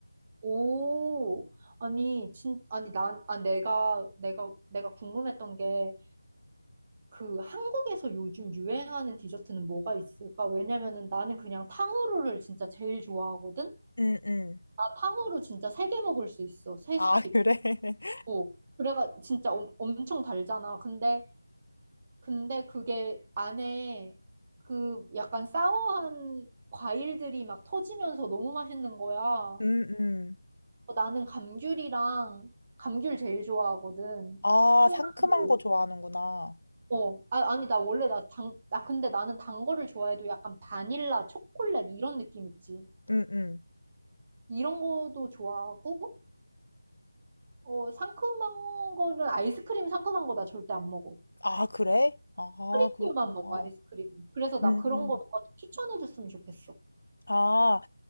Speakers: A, on the right; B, on the left.
A: 오, 아니, 진, 아니, 난, 아, 내가, 내가, 내가 궁금했던 게, 그 한국에서 요즘 유행하는 디저트는 뭐가 있을까? 왜냐면은 나는 그냥 탕후루를 진짜 제일 좋아하거든?
B: 음, 음.
A: 나 탕후루 진짜 세 개 먹을 수 있어. 세
B: 아,
A: 스틱.
B: 그래? <laughs>
A: 어. 그래가 진짜 엄, 엄청 달잖아. 근데, 근데 그게 안에 그 약간 사워한 과일들이 막 터지면서 너무 맛있는 거야. 어,
B: 음, 음.
A: 나는 감귤이랑, 감귤 제일 좋아하거든.
B: 아,
A: 통감귤.
B: 상큼한 거 좋아하는구나.
A: 어, 아, 아니, 나 원래 나 당, 나 근데 나는 단 거를 좋아해도 약간 바닐라, 초콜릿 이런 느낌 있지.
B: 음, 음.
A: 이런 거도 좋아하고, 어, 상큼한 거는 아이스크림 상큼한 거 나 절대 안 먹어.
B: 아, 그래? 아,
A: 크림류만
B: 그렇구나.
A: 먹어, 아이스크림. 그래서 나
B: 음.
A: 그런
B: 음.
A: 거 너가 좀 추천해 줬으면 좋겠어.
B: 아,